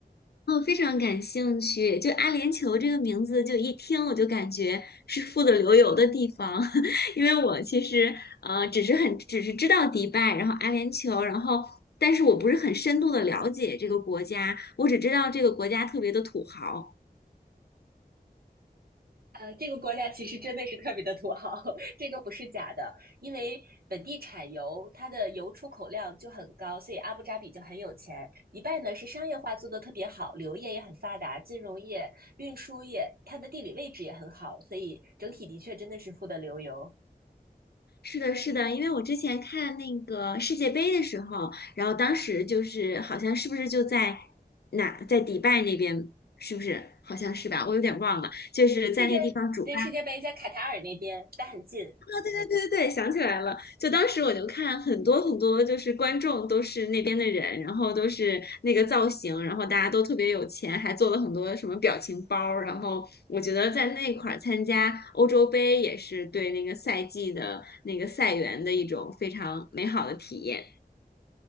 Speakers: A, on the left; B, on the right.
A: 哦，非常感兴趣。就阿联酋这个名字，就一听我就感觉是富得流油的地方，<laughs> 因为我其实呃只是很只是知道迪拜，然后阿联酋，然后但是我不是很深度的了解这个国家，我只知道这个国家特别的土豪。
B: 呃，这个国家其实真的是特别的土豪，<laughs> 这个不是假的，因为本地产油，它的油出口量就很高，所以阿布扎比就很有钱。迪拜呢是商业化做得特别好，旅游业也很发达，金融业、运输业，它的地理位置也很好，所以整体的确真的是富得流油。
A: 是的，是的，因为我之前看那个世界杯的时候，然后当时就是好像是不是就在哪，在迪拜那边，是不是？好像是吧，我有点忘了，就是在那个地方主办。
B: 世界对世界杯在卡塔尔那边，但很近。
A: 对对对，想起来了。就当时我就看很多很多，就是观众都是那边的人，然后都是那个造型，然后大家都特别有钱，还做了很多什么表情包儿。然后我觉得在那块儿参加欧洲杯也是对那个赛季的那个赛员的一种非常美好的体验。